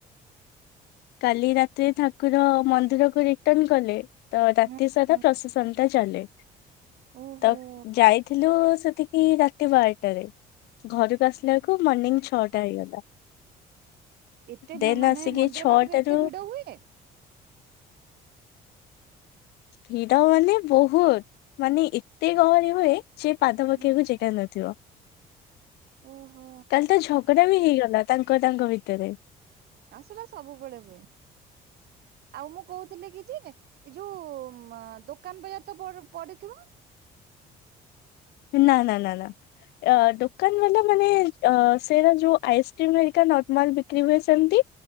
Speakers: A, on the left; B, on the right.
A: କାଲି ରାତିରେ ଠାକୁର ମନ୍ଦିର କୁ ରିଟର୍ଣ କଲେ। ତ ରାତି
B: ହୁଁ
A: ସାରା
B: ହୁଁ।
A: ପ୍ରଶାସନ ଟା ଚାଲେ
B: ଓହୋ
A: ତ
B: ହଁ
A: ଯାଇଥିଲୁ ସେଠି। ରାତି ବାରଟାରେ ଘରକୁ ଆସିଲା ବଳକୁ ମର୍ଣ୍ଣିିଂ ଛଅଟା ହେଇଗଲା।
B: ଏତେ
A: ଦେନ୍
B: ମାନେ
A: ଆସିକି
B: ମନ୍ଦିର
A: ଛଅଟାରୁ
B: ପାଖରେ ଏତେ ଭିଡ ହୁଏ?
A: ଭିଡ ମାନେ ବହୁତ ମାନେ ଏତେ ଗହଳି ହୁଏ। ସେ ପାଦ
B: ହୁଁ
A: ପକେଇବାକୁ ଜେଗା ନଥିବ।
B: ଓହୋ
A: କାଲି ତ ଝଗଡା ବି ହେଇଗଲା ତାଙ୍କ ତାଙ୍କ ଭିତରେ।
B: ଆଉ ସେଟା ସବୁବେଳେ ହୁଏ ଆଉ ମୁଁ କହୁଥିଲି କି ଜେ ଏଇ ଯୋଉ ଦୋକାନ ବଜାର ତ ପଡିଥିବ।
A: ନା ନା ନା ନା ଅ ଦୋକାନ ବା ମାନେ ଅ ସେଇଟ ଯୋଉ ଆଇସ୍କ୍ରିମ ହେକା ନର୍ମାଲ ବିକ୍ରି ହୁଏ ସେମିତି